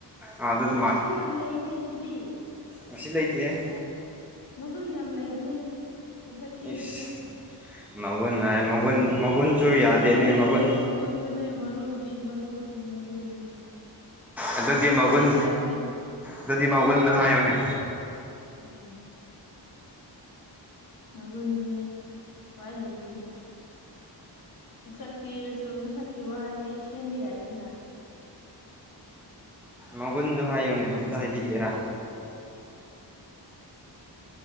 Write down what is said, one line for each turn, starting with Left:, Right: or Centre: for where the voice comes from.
Centre: ꯑꯥ ꯑꯗꯨꯗꯣ
Left: ꯔꯥꯁꯤ ꯌꯥꯝ ꯂꯩꯅꯦ ꯑꯗꯨꯗꯤ
Centre: ꯔꯥꯁꯤ ꯂꯩꯇꯦ
Left: ꯃꯒꯨꯟ ꯌꯥꯝ ꯂꯩꯕꯅꯦ ꯃꯁꯛ ꯊꯤꯔꯁꯨ
Centre: ꯏꯁ ꯃꯒꯨꯟ ꯍꯥꯏ ꯃꯒꯨꯟ ꯃꯒꯨꯟꯁꯨ ꯌꯥꯗꯦꯅꯦ
Left: ꯃꯒꯨꯟꯗꯨꯅꯦ
Centre: ꯃꯒꯨꯟ
Left: ꯃꯒꯨꯟꯗꯨꯅꯦ ꯃꯔꯨꯗꯤ ꯃꯔꯨꯗꯤ ꯃꯒꯨꯟꯗꯨꯅꯦ
Centre: ꯑꯗꯨꯗꯤ
Left: ꯁꯛꯇꯨꯗꯤ
Centre: ꯃꯥꯒꯨꯟ
Left: ꯂꯥꯏꯕꯅꯦ
Centre: ꯑꯗꯨꯗꯤ ꯃꯥꯒꯨꯟꯗꯣ ꯍꯥꯏꯌꯣꯅꯦ
Left: ꯎꯝ ꯃꯒꯨꯟꯗꯨꯅꯦ ꯈꯌꯥꯏ ꯂꯨꯕꯗꯤ ꯃꯁꯛ ꯊꯤꯔꯁꯨ ꯃꯁꯛꯀꯤ ꯋꯥꯗꯤ ꯁꯦꯝꯕ ꯌꯥꯏꯗꯅ
Centre: ꯃꯒꯨꯟꯗꯨ ꯍꯥꯏꯌꯨꯅꯦ ꯑꯝꯇ ꯍꯥꯏꯕꯤꯒꯦꯔꯥ